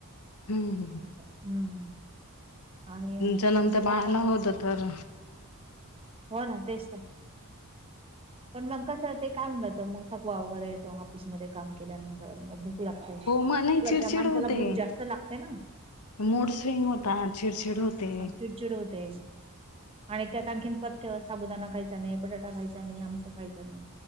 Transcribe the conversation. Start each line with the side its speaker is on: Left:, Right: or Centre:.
Left: हम् हम.
Right: हम्म. आणि
Left: जन्मत्या
Right: पुतण्याला
Left: बाळाला
Right: पण-
Left: होत तर
Right: हो ना. तेच तर. पण मग कसं, ते काय होऊन जात मग थकवा वगैरे येतो ऑफिसमध्ये काम केल्यानंतर मग- लागते.
Left: हो मग नाही
Right: बर
Left: चिडचिड
Right: त्या माणसाला
Left: होते
Right: भूक जास्त लागते ना?
Left: मूड स्विंग होता. चिडचिड होते.
Right: चडचिड होते. आणि त्यात आणखी पथ्य साबुदाणा खायचा नाही, ब - बटाटा खायचा नाही. आमक खायचा नाही.